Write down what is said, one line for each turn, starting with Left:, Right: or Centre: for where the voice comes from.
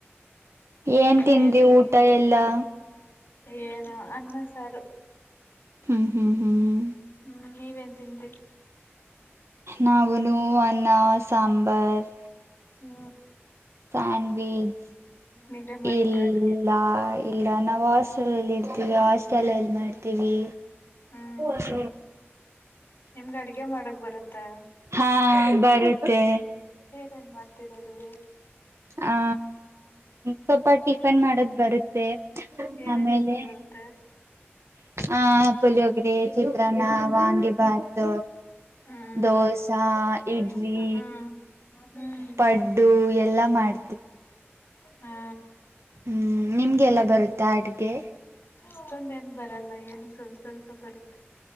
Left: ಏನೆಲ್ಲಾ
Right: ಏನ್ ತಿಂದ್ರಿ
Left: ಹೇಳ್ಬೇಕು
Right: ಊಟ
Left: ನೀರ
Right: ಎಲ್ಲಾ
Left: ಏನು ಅನ್ನ ಸಾರ
Right: ಹ್ಮ್ ಹ್ಮ್ ಹ್ಮ್
Left: ಹ್ಮ್ ನೀವೇನ್ ತಿನ್್ರಿ
Right: ನಾಗಲು ಅನ್ನ ಸಾಂಬಾರ್
Left: ಹ್ಮ
Right: ಸ್ಯಾಂಡ್ವಿಚ್
Left: ನೀವೇ ಮಾಡಿದ್ರ
Right: ಇಲ್ಲ
Left: ಅಡ್ಗೆ
Right: ಇ ನಾವು ಹಾಸ್ಟೆಲ್ಲ್ಲಿ ಇರ್ತೀವಿ ಹಾಸ್ಟೆಲ್ಲ್ಲಿ ಮಾಡ್ತೀವಿ
Left: ಹ್ಮ್
Right: ಹಸ
Left: ನಿಮ್ಗ್ ಅಡ್ಗೆ ಮಾಡಕ್ ಬರುತ್ತಾ
Right: ಹಾ ಬರುತ್ತೆ
Left: ಏರೇನ್ ಮಾಡ್ತೀರಾ ಅದಗೆ
Right: ಆ ಸ್ವಲ್ಪ ಟಿಫನ್ ಮಾಡದ್ ಬರುತ್ತ
Left: ಏನೇನ್
Right: ಆಮೇಲೆ
Left: ಟಿಫನ್ ಬರುತ್ತೆ
Right: ಆ ಪುಳಿಯೋಗರೆ ಚಿತ್ರಾನ್ನ ವಾಂಗಿ ಭಾತ್
Left: ಹ್ಮ್
Right: ದೋಸಾ
Left: ಹ್ಮ್
Right: ಇಡ್ಲಿ
Left: ಹ್ಮ್
Right: ಪಡ್ಡು ಎಲ್ಲ ಮಾಡ
Left: ಹಾ
Right: ಹ್ಮ್ ನಿಮ್ಗೆಲ್ಲ ಬರುತ್ತಾ ಅಡ್ಗೆ
Left: ಅಷ್ಟೊಂದ ಏನ್ ಬರಲ್ಲ ಏನು ಸ್ವಲ್ಪ ಸ್ವಲ್ಪ ಬರುತ್ತೆ